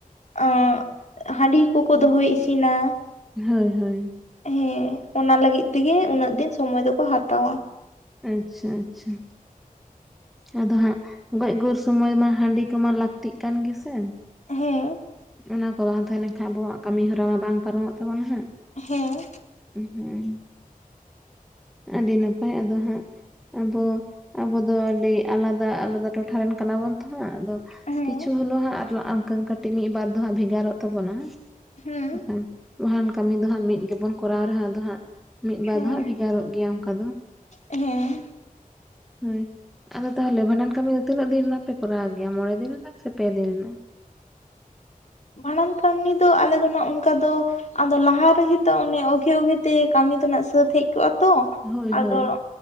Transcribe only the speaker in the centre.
ᱦᱳᱭ ᱦᱳᱭ᱾
ᱟᱪᱪᱷᱟ ᱟᱪᱪᱷᱟ᱾ ᱟᱫᱚ ᱦᱟᱸᱜ ᱜᱚᱡ ᱜᱩᱨ ᱥᱚᱢᱚᱭ ᱢᱟ ᱦᱟᱺᱰᱤ ᱠᱚᱢᱟ ᱞᱟᱹᱠᱛᱤᱜ ᱠᱟᱱ ᱜᱮᱥᱮ?
ᱚᱱᱟ ᱠᱚ ᱵᱟᱝ ᱛᱟᱦᱮᱸ ᱞᱮᱱᱠᱷᱟᱡ ᱟᱵᱚᱣᱟᱜ ᱠᱟᱹᱢᱤ ᱦᱚᱨᱟ ᱢᱟ ᱵᱟᱝ ᱯᱟᱨᱚᱢᱚᱜ ᱛᱟᱵᱚᱱᱟ ᱦᱟᱸᱜ᱾
ᱦᱩᱸ, ᱟᱹᱰᱤ ᱱᱟᱯᱟᱭ ᱟᱫᱚ ᱦᱟᱸᱜ ᱟᱵᱚ, ᱟᱵᱚ ᱫᱚ ᱟᱹᱰᱤ ᱟᱞᱟᱫᱟ ᱟᱞᱟᱫᱟ ᱴᱚᱴᱷᱟᱨᱮᱱ ᱠᱟᱱᱟ ᱵᱚᱱ ᱛᱚ ᱦᱟᱸᱜ᱾ ᱟᱫᱚ
ᱠᱤᱪᱷᱩ ᱦᱚᱞᱳᱜ ᱦᱟᱸᱜ <unintelligible> ᱠᱟᱹᱴᱤᱡ ᱢᱤᱫᱵᱟᱨ ᱫᱚ ᱦᱟᱸᱜ ᱵᱷᱮᱜᱟᱨᱚᱜ ᱛᱟᱵᱚᱱᱟ᱾
ᱠᱷᱟᱱ, ᱵᱟᱦᱟᱱ ᱠᱟᱹᱢᱤ ᱫᱚ ᱦᱟᱸᱜ ᱢᱤᱫ ᱜᱮᱵᱚᱱ ᱠᱚᱨᱟᱣ ᱨᱮᱦᱚᱸ ᱟᱫᱚ ᱦᱟᱸᱜ ᱢᱤᱫ ᱵᱟᱨ
ᱫᱚ, ᱦᱟᱸᱜ ᱵᱷᱮᱜᱟᱨᱚᱜ ᱜᱮᱭᱟ ᱚᱱᱠᱟ ᱫᱚ᱾
ᱦᱳᱭ, ᱟᱫᱚ ᱛᱟᱦᱚᱞᱮ ᱵᱷᱟᱸᱰᱟᱱ ᱠᱟᱹᱢᱤ ᱫᱚ ᱛᱤᱱᱟᱹᱜ ᱫᱤᱱ ᱨᱮᱱᱟᱜ ᱯᱮ ᱠᱚᱨᱟᱣ ᱜᱮᱭᱟ ᱢᱚᱬᱮ ᱫᱤᱱ ᱨᱮᱱᱟᱜ ᱥᱮ ᱯᱮ ᱫᱤᱱ ᱨᱮᱱᱟᱜ?
ᱦᱳᱭ
ᱦᱳᱭ